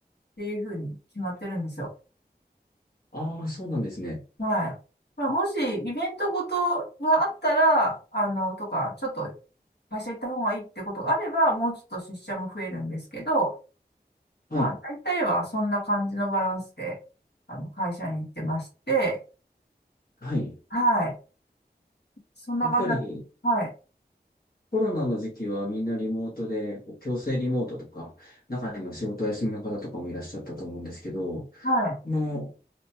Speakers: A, on the left; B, on the left.
A: ていうふうに決まってるんですよ。
B: ああー、そうなんですね。
A: はい。まあ、もし、イベントごとがあったら、あの、とか、ちょっと、会社行った方がいいってことがあれば、もうちょっと出社も増えるんですけど、
B: はい。
A: まあ、大体はそんな感じのバランスで、あの、会社に行ってまして、
B: はい。
A: はい。そんな感じなんです。
B: やっぱり、
A: はい。
B: コロナの時期はみんなリモートで、こう強制リモートとか、中には仕事休みの方とかもいらっしゃったと思うんですけど、
A: はい。
B: もう